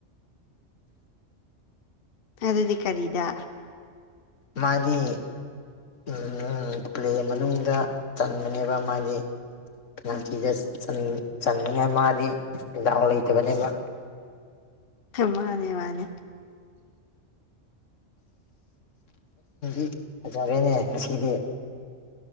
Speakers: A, on the left (about 50°); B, on the left (about 80°).
A: <inaudible> ꯑꯗꯨꯗꯤ ꯀꯔꯤꯗ
B: ꯃꯥꯗꯤ ꯎꯝ ꯄ꯭ꯂꯦ ꯃꯅꯨꯡꯗ ꯆꯟꯕꯅꯦꯕ ꯃꯥꯗꯤ ꯄꯦꯅꯥꯜꯇꯤꯗ ꯆꯟꯅꯤꯡꯉꯥꯏ ꯃꯥꯗꯤ ꯗꯥꯎ ꯂꯩꯇꯕꯅꯦꯕ
A: ꯃꯥꯅꯦ ꯃꯥꯅꯦ
B: ꯗꯤ ꯐꯖꯔꯦꯅꯦ ꯉꯁꯤꯗꯤ